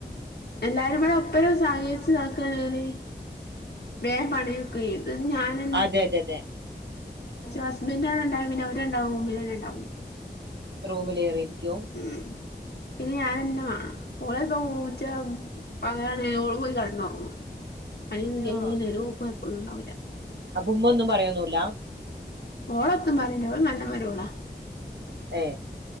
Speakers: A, on the left; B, on the right.
A: എല്ലാരും കൂടെ ഒപ്പരം സഹരിച്ച് താക്കാണെല് ബേ പണിയൊക്കെയ്ത്. ഞാന്
B: അതെതെതെ
A: ഹസ്ബന്റവടെണ്ടായ പിന്നെ അവരണ്ടാളും റൂമിലന്നെണ്ടാവും
B: റൂമിലേറിരിക്കും
A: ഉം പിന്നെ ഞാനെന്നെ വേണം ഓളെൽപ്പം പൂച്ച ഇപ്പ അങ്ങനേണെ ഓള് പോയി കടന്നൊറ്ങ്ങും. പണിയൊന്നും ചെയ്
B: ആ
A: നീ നേരോക്കോ ഓൾക് കൊഴപ്പോന്നുണ്ടാവില്ല
B: അപ്പൊ ഉമ്മൊന്നും പറയൊന്നുല്ലാ
A: ഓളൊത്തും പറീല ഓള് നല്ല മരോളാ
B: ഏ